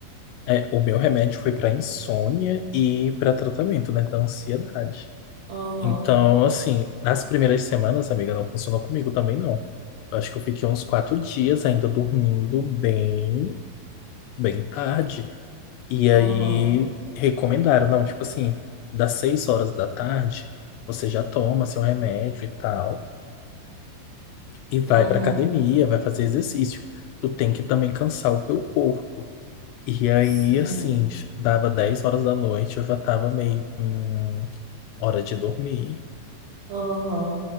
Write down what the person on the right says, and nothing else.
Aham,
aham,
uhum,
sim,
aham.